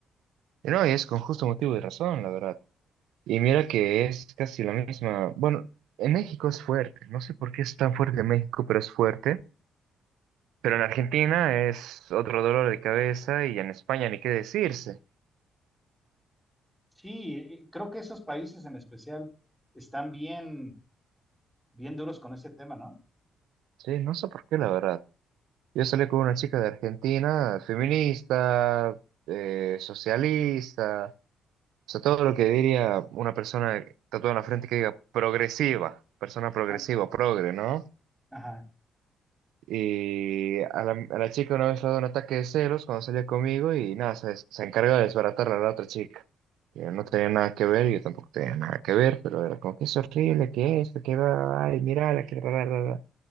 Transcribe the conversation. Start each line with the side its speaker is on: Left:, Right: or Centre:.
Right: Y no, y es con justo motivo y razón, la verdad. Y mira que es casi la misma. Bueno, en México es fuerte. No sé por qué es tan fuerte en México, pero es fuerte. Pero en Argentina es otro dolor de cabeza y en España ni qué decirse.
Centre: Sí, eh, creo que esos países en especial están bien bien duros con este tema, ¿no?
Right: Sí, no sé por qué, la verdad. Yo salí con una chica de Argentina, feminista, eh, socialista, o sea, todo lo que diría una persona tatuada en la frente que diga progresiva, persona progresiva,
Centre: Ah,
Right: progre, ¿no?
Centre: ajá.
Right: Y a la, a la chica una vez le ha dado un ataque de celos cuando salía conmigo y nada, se, se encarga de desbaratarla a la otra chica. Yo no tenía nada que ver, yo tampoco tenía nada que ver, pero era como que es horrible, que esto, que va, ay, mira, la que bla, bla, bla, bla".